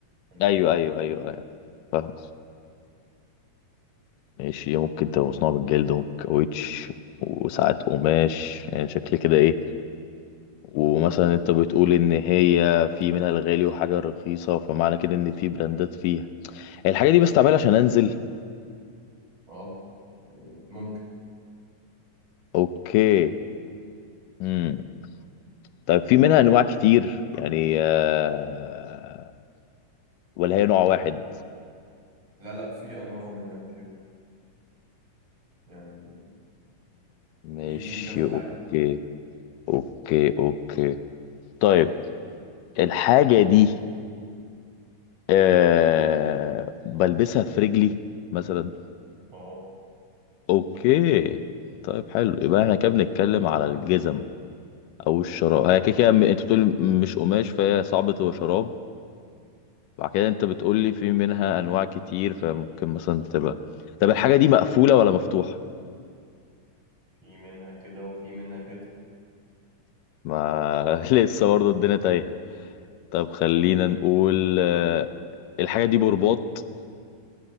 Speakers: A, on the right; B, on the left.
A: يعني.
B: ايوه ايوه ايوه ايوه فاهم ماشي هي ممكن تبقى مصنوعة من الجلد والكاوتش وساعات قماش يعني شكل كده ايه ومثلا انت بتقول ان هي في منها الغالي وحاجة رخيصة فمعنى كده ان في براندات فيها الحاجة دي بستعملها عشان انزل
A: اه يعني ممكن
B: اوكي امم طيب في منها انواع كتير يعني آه، ولا هي نوع واحد
A: لا لا في انواع منها كتير يعني
B: ماشي
A: في في كذا حاجة
B: اوكي اوكي اوكي طيب الحاجة دي آه بلبسها في رجلي مثلا
A: اه
B: اوكي طيب حلو يبقى احنا كده بنتكلم على الجزم او الشراب هي كده كده م- انت بتقولي م- مش قماش فهي صعب تبقى شراب بعد كده انت بتقولي في منها انواع كتير فممكن مثلا تبقى طب الحاجة دي مقفولة ولا مفتوحة
A: في منها كده وفي منها كده
B: ما <laughs> لسه برضه الدنيا تايهة طب خلينا نقول آه، الحاجة دي برباط